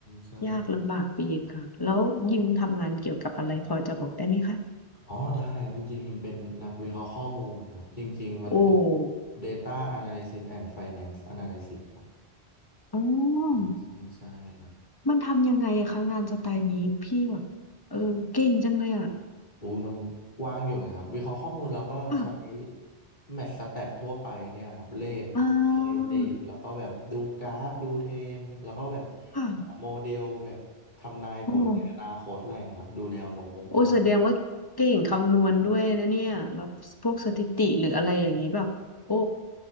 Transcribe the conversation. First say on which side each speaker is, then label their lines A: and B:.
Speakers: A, on the left (about 45°); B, on the left (about 20°).
A: ใช่
B: อยากลำบากไปอีกค่ะแล้วยิมทำงานเกี่ยวกับอะไรพอจะบอกได้ไหมคะ
A: อ๋อได้ครับจริงๆฮิมเป็นนักวิเคราะห์ข้อมูลครับจริงๆ มันคือ
B: โอ้
A: Data Analysis and Finance Analysis ครับ
B: อ๋อ
A: ใช่ใช่ใช่ครับ
B: มันทำยังไงอะคะงานสไตล์นี้พี่แบบเออเก่งจังเลยอะ
A: อู้ยมันกว้างอยู่เหมือนกันครับวิเคราะห์ข้อมูลเราก็ใช้
B: <laughs> ค่ะ
A: แมทสแตททั่วไปเนี่ยครับเลขสถิติแล้วก็แบบดูกราฟดูเทรนด์แล้วก็แบบ
B: อ่าค่ะ
A: หาโมเดลแบบทำนายผลในอนาคตอะไรอย่างเงี้ยครับดูแนวโน้มประมาณ
B: โอ้ โอ้ยแสดงว่าเก่งคำนวณด้วยนะเนี่ยแบบพวกสถิติหรืออะไรอย่างนี้แบบโอ้